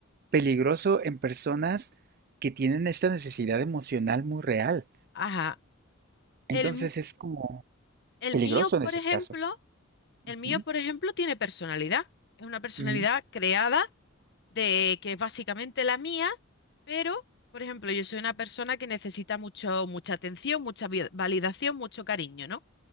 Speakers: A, on the right; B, on the left.
A: peligroso en personas que tienen esta necesidad emocional muy real.
B: ajá.
A: Entonces
B: El, m-
A: es como
B: el
A: peligroso
B: mío,
A: en
B: por
A: esos
B: ejemplo,
A: casos.
B: el
A: Ujú,
B: mío, por ejemplo, tiene personalidad. Es una personalidad
A: ujú,
B: creada de que es básicamente la mía, pero, por ejemplo, yo soy una persona que necesita mucho, mucha atención, mucha vi- validación, mucho cariño, ¿no?